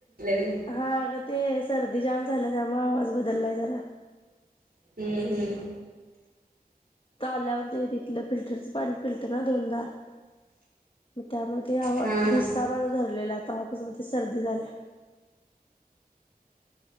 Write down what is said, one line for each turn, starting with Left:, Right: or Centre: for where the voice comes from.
Right: मी
Left: हा अग ते सर्दी जाम झालं त्यामु आवाज बदललाय जरा.
Right: हम्म हम्म
Left: तला्याते रीतला फिल्टरच पाणी पिलतना दोन दा त्यामळे
Right: हा हा
Left: घसा माझा धरलेला. तेव्हापासून मग ती सर्दी झाल्या.